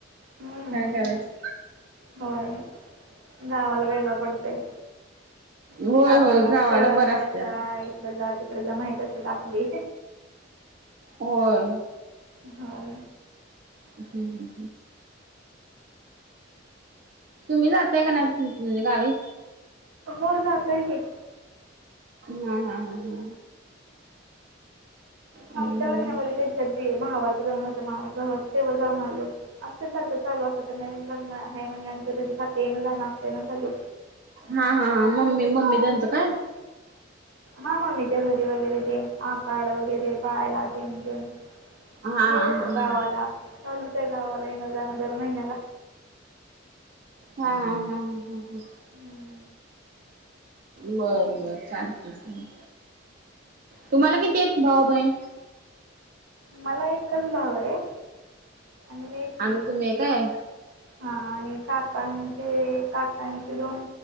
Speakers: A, on the right (about 80°); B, on the right (about 45°).
A: हम्म.
B: काय करायचं.
A: होय गावाला वेगळं पडतंय.
B: होय
A: गावाला
B: होय
A: शेजारांकड
B: बरं असतंय
A: जा
B: आपलं.
A: इकड जा तिकड माहित असत्यात आपली.
B: होय.
A: हव.
B: ह्म. तुम्ही जाताय काय नाय तुम गावी?
A: हो जातोय की.
B: हा हा हा हा.
A: मागच्या
B: हा
A: महिन्यामध्ये त्यांच्या ते भावाचं लग्न होतं ना मानस भावाच‌ तेव्हा जाऊन आलो. आत्ता सारखं चालू असत तर नवीन लग्न आहे म्हणल्या नंतर त्याच सारखं येणं जाणं असत ना चालू.
B: हा हा हा मम्मी मम्मी त्यांंच काय?
A: हा मम्मीच्या घरी वगैरे ते आकाड वगैरे पाहायला तेन तेन.
B: हा हा
A: गेलेलो
B: हा हा
A: गावाला. चालुच आहे गावाला येणं-जाण दर महिन्याला.
B: हा हा हा हा.
A: हम्म.
B: बरं बरं चालत चाल तुम्हाला किती आहेत भाऊ बहिण?
A: मला एकच भाऊ आहे, आणि मी एकटी.
B: आणि तुम्ही काय
A: हा. आणि काकाचे आणि ते काका दोन